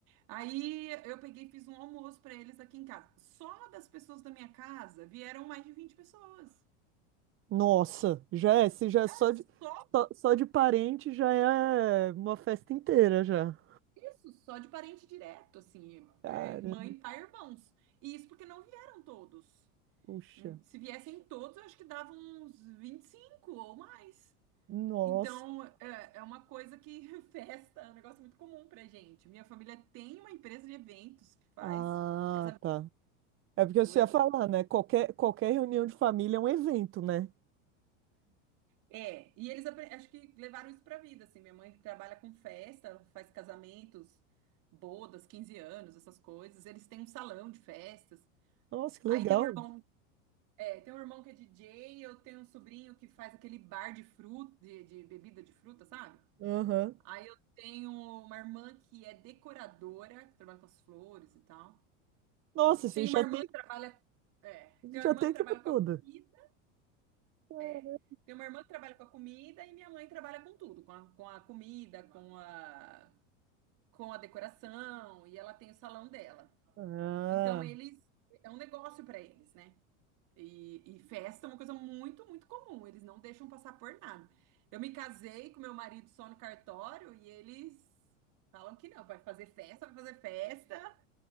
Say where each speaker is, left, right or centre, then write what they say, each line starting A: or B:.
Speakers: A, on the right; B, on the right.
A: Aí eu peguei e fiz um almoço para eles aqui em casa. Só das pessoas da minha casa vieram mais de 20 pessoas.
B: Nossa, já é, se já é
A: É
B: só
A: só
B: de, só, só de parente, já é uma festa inteira já.
A: isso, só de parente direto, assim,
B: Cara,
A: é, mãe, pai, irmãos. E isso porque não vieram todos.
B: Puxa.
A: Em- Se viessem todos, eu acho que dava uns 25 ou mais.
B: Nossa.
A: Então, é, é uma coisa que <laughs> festa, é um negócio muito comum pra gente. Minha família tem uma empresa de eventos que faz
B: Ah,
A: essas
B: tá. É porque você
A: coisas.
B: ia falar, né? Qualquer, qualquer reunião de família é um evento, né?
A: É, e eles apre- acho que levaram isso pra vida, assim. Minha mãe trabalha com festa, ela faz casamentos, bodas, 15 anos, essas coisas. Eles têm um salão de festas.
B: Nossa, que
A: Aí
B: legal.
A: tem um irmão, é, tem um irmão que é DJ, eu tenho um sobrinho que faz aquele bar de fruta, de, de bebida de fruta, sabe?
B: Aham.
A: Aí eu tenho uma irmã que é decoradora, que trabalha com as flores e tal.
B: Nossa, você
A: Tem
B: já
A: uma irmã
B: tem,
A: que trabalha. É, tem uma
B: já
A: irmã
B: tem
A: que
B: a equipe
A: trabalha com
B: toda.
A: a comida.
B: Caramba.
A: É. Tem uma irmã que trabalha com a comida e minha mãe trabalha com tudo, com a, com a comida, com a, com a decoração, e ela tem o salão dela.
B: Ah.
A: Então eles é um negócio para eles, né? E, e festa é uma coisa muito, muito comum. Eles não deixam passar por nada. Eu me casei com meu marido só no cartório e eles falam que não, vai fazer festa, vai fazer festa.